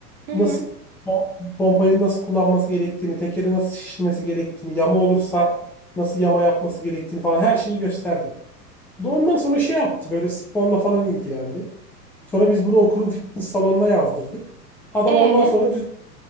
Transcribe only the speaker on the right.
Hı hı.
E